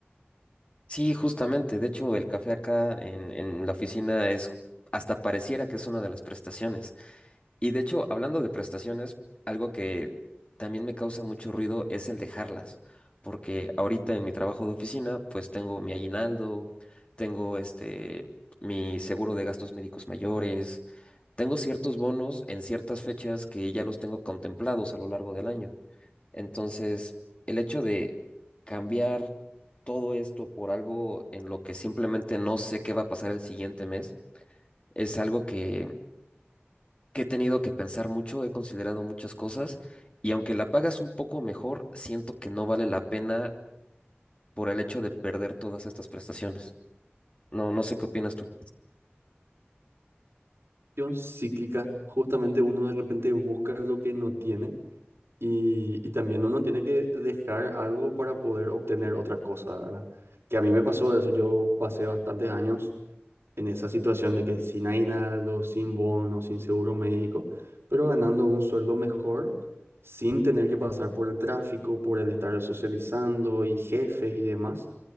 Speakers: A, on the left (about 30°); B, on the right (about 80°).
A: Sí, justamente. De hecho, el café acá en, en la oficina es, hasta pareciera que es una de las prestaciones. Y de hecho, hablando de prestaciones, algo que también me causa mucho ruido es el dejarlas, porque ahorita en mi trabajo de oficina, pues tengo mi aguinaldo, tengo este mi seguro de gastos médicos mayores, tengo ciertos bonos en ciertas fechas que ya los tengo contemplados a lo largo del año. Entonces, el hecho de cambiar todo esto por algo en lo que simplemente no sé qué va a pasar el siguiente mes es algo que que he tenido que pensar mucho, he considerado muchas cosas y aunque la pagas un poco mejor, siento que no vale la pena por el hecho de perder todas estas prestaciones. No, no sé qué opinas tú.
B: Yo cíclica, justamente uno de repente busca lo que no tiene y, y también uno tiene que dejar algo para poder obtener otra cosa, ¿verdad? Que a mí me pasó eso, yo pasé bastantes años en esa situación de que sin aguinaldo, sin bono, sin seguro médico, pero ganando un sueldo mejor, sin tener que pasar por el tráfico, por el estar socializando y jefes y demás,